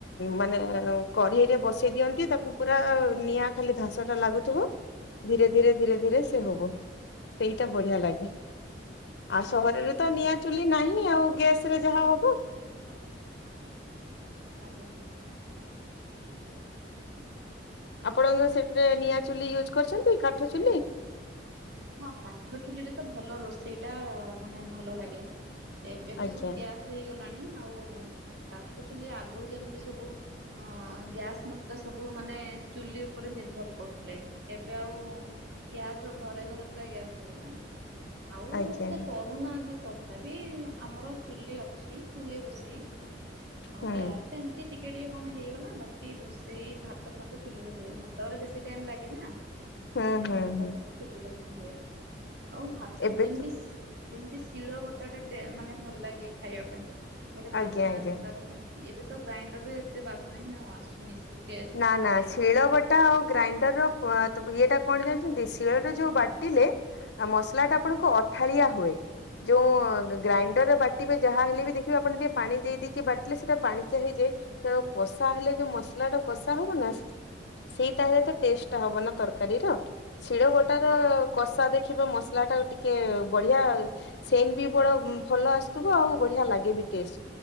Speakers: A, on the left; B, on the right.
A: ମାନେ କଢ଼େଇ ରେ ବସେଇ ଦିଅନ୍ତି ତାକୁ ପୁରା ନିଆଁ ଖାଲି ଧ ଧାଁସ ଟା ଲାଗୁଥିବ, ଧୀରେ ଧୀରେ ଧୀରେ ଧୀରେ ସେ ହବ, ସେଇଟା ବଢିଆ ଲାଗେ। ଆଉ ସହରରେ ତ ନିଆଁ ଚୁଲି ନାହିଁ ଆଉ ଗ୍ୟାସରେ ଯାହା ହବ। <inaudible>
B: ଆଜ୍ଞା।
A: ଆପଣଙ୍କ ସେଥିରେ ନିଆଁ ଚୁଲି ୟୁଜ୍ କରିଛନ୍ତି କାଠ ଚୁଲି?
B: ହଁ କାଠ ଚୁଲି ରେ ତ ଭଲ ରୋଷେଇ ଟା ମାନେ ଭଲ ଲାଗେ। ଏବେ ତ
A: ଆଜ୍ଞା
B: ସବୁ ଗ୍ୟାସ୍ ହେଇଗଲାଣି ଆଉ କାଠ ଚୁଲି ଆଗରୁ ଯେମିତି ସବୁ ଅ ଗ୍ୟାସ ନଥିଲା ସବୁ ମାନେ ଚୁଲି ଉପରେ ନିର୍ଭର କରୁଥିଲେ, ଏବେ ଆଉ ଗ୍ୟାସ ଘରେ ଘରେ ଗ୍ୟାସ ହେଇଗଲାଣି ଆଉ
A: ଆଜ୍ଞା
B: ଏତେ କରୁନାହାନ୍ତି ତ ତଥାପି ଆମର ଚୁଲି ଅଛି, ହୁଏ ରୋଷେଇ ଆଉ
A: ହୁଁ
B: ଗ୍ୟାସ୍ ଏମିତି ଟିକେ ଟିକେ କଣ ହେଇଗଲା ବାକି ରୋଷେଇ ଭାତ ଫାତ ଚୁଲିରେ ହୁଏ, ଭାତ ଗୁରା ବେଶୀ ଟାଇମ ଲାଗେ ନା। ସେଥିପାଇଁ
A: ହୁଁ ହୁଁ
B: ଭାତ
A: ହୁଁ
B: ଫାତ ଚୁଲି ରେ ସବୁ ହୁଏ, ଆଉ ଭାତ
A: ଏବେ
B: ଯେମିତି
A: ତ
B: ଯେମିତି ଶିଳ ବଟା ଟା ଟେ ମାନେ ଭଲ ଲାଗେ ଖାଇବା ପାଇଁ, ଗୋଟେ ବାସ୍ନା
A: ଆଜ୍ଞା ଆଜ୍ଞା।
B: ତାର ସେମିତି ଏବେ ତ ଗ୍ରାଇଣ୍ଡରରେ ଏତେ ବାସ୍ନା ହିଁ ଆଉ ଆସୁନି। ସେ ଟେଷ୍ଟ
A: ନା,
B: ମାନେ
A: ନା,
B: ଖାଇବାଟା
A: ଶିଳ ବଟା ଆଉ ଗ୍ରାଇଣ୍ଡର ର ପ ଇଏଟା। କଣ ଜାଣିଛନ୍ତି ଶିଳରେ ଯୋଉ ବାଟିଲେ ମସଲା ଟା ଆପଣଙ୍କ ଅଠାଳିଆ ହୁଏ। ଯୋଉ ଗ୍ରାଇଣ୍ଡରରେ ବାଟିବେ, ଯାହା ହେଲେ ବି ଦେଖିବେ -ଆପଣ ଟିକେ ପାଣି ଦେଇଦେଇକି ବାଟିଲେ ସେଇଟା ପାଣିଚିଆ ହେଇଯା ତେଣୁ କଷା ହେଲେ ଯୋଉ ମସ ଲା କଷା ହବ ନା, ସେଇଟା ହେଲେ ତ ଟେଷ୍ଟ ହବ ନା ତରକାରୀର। ଶିଳ ବଟା ର କଷା ଦେଖିବେ ମସଲା ଟା ଟିକେ ବଢିଆ ସେନ୍ ବି ବଡ ଭଲ ଆସ ଥୁବୁ ଆଉ ବଢିଆ ଲାଗେ ବି ଟେଷ୍ଟ୍